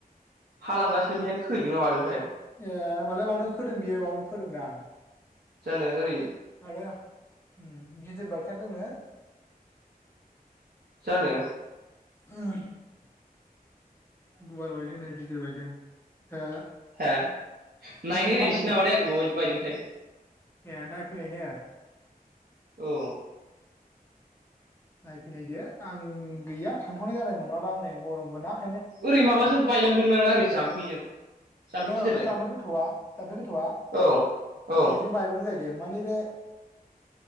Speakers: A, on the right; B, on the left.
A: हा लांगासिनो बेहायनो खैहोदोंना मादोंथाय।
B: ए होमबालाय बेयावनो खोदों बियो बावनो खोदोंदां
A: जानो ओरै
B: आरो। उम गिदिर बायथारदोंनो।
A: जानो।
B: <unintelligible> गुवार बायदोंनो गिदिर बायदों। ओ
A: हो
B: खोनायाखै
A: नायनाय नायसै
B: मा होनदोंमोनलाय
A: नामाथाय आं माबायदि बायदोंथाय।
B: ए नायफैनायनो।
A: औ।
B: नायफैनायदो आं गैया थांथ'नाय जानाय नंला दां नै गरमबोना।
A: ओरै माबाजों बायलांदोंदांना ओरै जाम्फैजों? जाम्फै
B: औ
A: गिदिरजों
B: बे जाम्फै गोथौआ जाम्फै गोथौआ
A: औ औ
B: बेजों बायबोदों जाहै दों माने बे